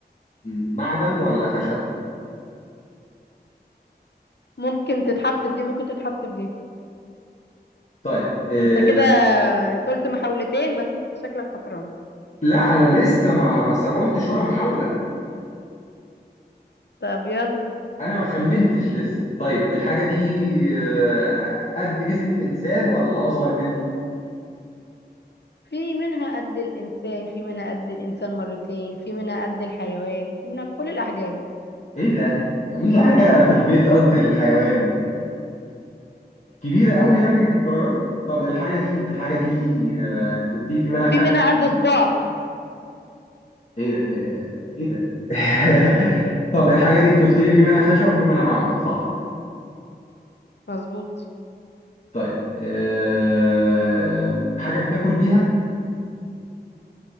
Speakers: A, on the left; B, on the left.
A: معدن ولا خشب
B: ممكن تتحط في دي ممكن تتحط في دي
A: طيب آه،
B: انت كده انت قلت محاولتين بس انت شكلك خسران
A: لا انا لسه ما ما ما قلتش ولا محاوله
B: طب يلا
A: انا ما خمنتش لسه طيب الحاجه دي آه، قد جسم الانسان ولا اصغر منه
B: في منها قد الانسان في منها قد الانسان مرتين في منها قد الحيوان في منها كل الاحجام
A: ايه ده مفيش حاجه في البيت قد الحيوان كبيره قوي يعني للدرجه دي طب الحاجه دي الحاجه دي آه، انت قلت لي في منها
B: وفي
A: خشب
B: منها قد صباعك
A: ايه ده آه، ايه ده <laughs> طب الحاجه دي انت قلت لي في منها خشب وفي منها معدن صح
B: مظبوط
A: طيب آه، حاجه بناكل بيها